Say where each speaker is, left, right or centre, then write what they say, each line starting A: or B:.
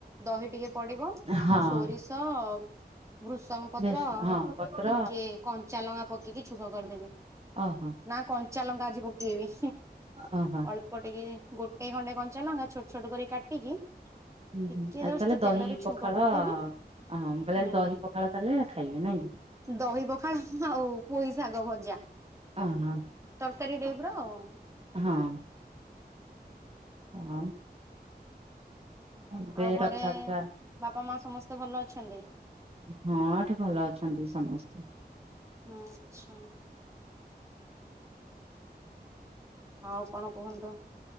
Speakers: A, on the right; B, on the right.
A: ଦହି ଟିକେ ପଡିବ
B: ହଁ
A: ସୋରିଷ ଭ୍ରୁଷଙ୍ଗ ପତ୍ର
B: ବେଶ ହଁ ପତ୍ର
A: ଟିକେ କଞ୍ଚା ଲଙ୍ଗା ପକେଇକି ଛୁଙ୍କ କରିଦେବି।
B: ଓ ହୋ।
A: ନା କଞ୍ଚା ଲଙ୍କା ଆଜି ପକେଇବି।
B: ଓ ହୋ।
A: ଅଳ୍ପ ଟିକେ ଗୋଟେ ଖଣ୍ଡେ କଞ୍ଚା ଲଙ୍କା ଛୋଟ ଛୋଟ କରି କାଟିକି
B: ଆଜି
A: ଟିକେ
B: ତାହେଲେ
A: ଜଷ୍ଟ
B: ଦହି
A: ତେଲରେ ଛୁଙ୍କ
B: ପଖାଳ
A: କରିଦେବି
B: ହଁ ମୁଁ କହିଲେ
A: ହୁଁ
B: ଆଜି ଦହି ପଖାଳ କଲେ ଖାଇବେ ନାଇଁ କି?
A: ଦହି ପଖାଳ ହୁଁ ଆଉ ପୋଇ ଶାଗ ଭଜା।
B: ଅ ହଁ।
A: ତରକାରୀ। <unintelligible>
B: ହଁ। ହଁ। ଏବେ
A: ଆଉ ଘରେ
B: ରଥଯାତ୍ରା
A: ବାପା ମା ସମସ୍ତେ ଭଲ ଅଛନ୍ତି?
B: ହଁ ଏଠି ଭଲ ଅଛନ୍ତି ସମସ୍ତେ।
A: ହଁ ଆଚ୍ଛା। ଆଉ କଣ କୁହନ୍ତୁ?